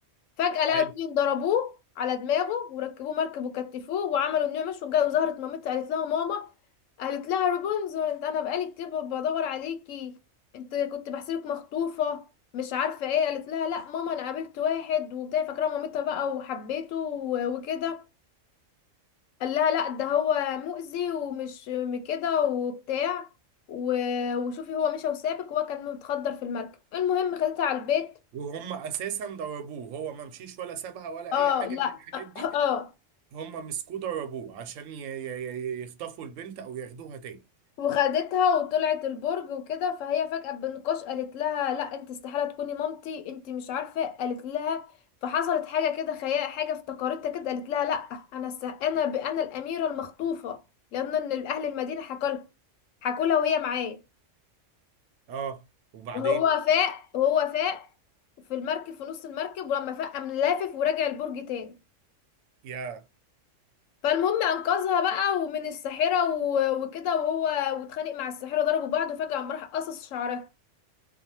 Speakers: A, on the left; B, on the right.
A: فجأة لقى
B: حلو
A: اتنين ضربوه على دماغه وركبوه مركب وكتفوه وعملوا انه مش وجا- وظهرت مامتها قالت لها ماما قالت لها رابنزل انت انا بقالي كتير ب- بدور عليكي انت كنت بحسبك مخطوفة مش عارفة ايه قالت لها لا ماما انا قابلت واحد وبتاع فاكرة مامتها بقى وحبيته و- وكده قال لها لا ده هو مؤذي ومش م- كده وبتاع و- وشوفي هو مشى وسابك وهو كان متخدر في المركب المهم خدتها على البيت
B: وهم اساسا ضربوه هو ما مشيش ولا سابها ولا
A: اه
B: اي حاجه
A: لا
B: من الحاجات
A: <coughs>
B: دي
A: <clears throat> اه
B: هم مسكوه ضربوه عشان ي- ي- ي- يخطفوا البنت او ياخدوها تاني
A: وخدتها وطلعت البرج وكده فهي فجأة بالنقاش قالت لها لا انت استحالة تكوني مامتي انت مش عارفة قالت لها فحصلت حاجة كده خيال حاجة افتكرتها كده قالت لها لا انا س... انا ب... انا الأميرة المخطوفة لأن ان اهل المدينة حكوا لها حكوا لها وهي معاه
B: اه وبعدين
A: وهو فاق وهو فاق في المركب في نص المركب ولما فاق قام لافف ورجع البرج تاني
B: يا
A: فالمهم انقذها بقى ومن الساحرة و... وكده وهو واتخانق مع الساحرة ضربوا بعض وفجأة قام راح قصص شعرها